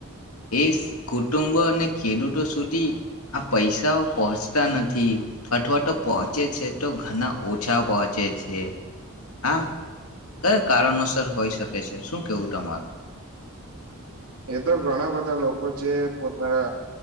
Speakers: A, on the left (about 75°); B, on the right (about 80°).
A: એ કુટુંબો અને ખેડૂતો સુધી આ પૈસાઓ પહોંચતા નથી. અથવાટો પહોંચે છે તો ઘણા ઓછા પહોંચે છે. આ કયા કારણોસર હોઈ શકે છે? શું કેવું તમારું?
B: એ તો ઘણા બધા લોકો કો જે પોતા